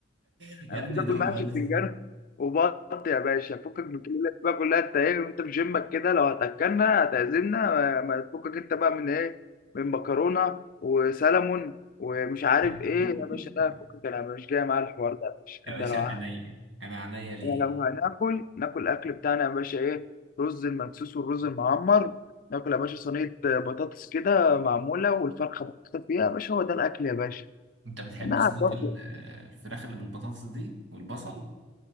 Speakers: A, on the right; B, on the left.
A: يا
B: انا
A: ابني
B: عايز
A: دوقه
B: اكل محشي بتنجان
A: بس
B: وبط يا باشا فكك من الكلمه اللي بقى كلها انت ايه وانت في جيمك كده لو هتاكلنا هتعزمنا ما ما تفكك انت بقى من ايه من مكرونه وسلمون ومش عارف
A: <laughs>
B: ايه يا باشا لا فكك انا مش جاي معايا الحوار ده يا باشا
A: يا
B: انت
A: باشا
B: لو
A: عينيا انا عينيا ليه
B: يعني لو هناكل ناكل الاكل بتاعنا يا باشا ايه رز المدسوس والرز المعمر ناكل يا باشا صينيه بطاطس كده معموله والفرخه محطوطه فيها يا باشا هو ده الاكل يا باشا
A: انت بتحب
B: نعم
A: صينيه
B: برضه.
A: ال- الفراخ اللي بالبطاطس دي والبصل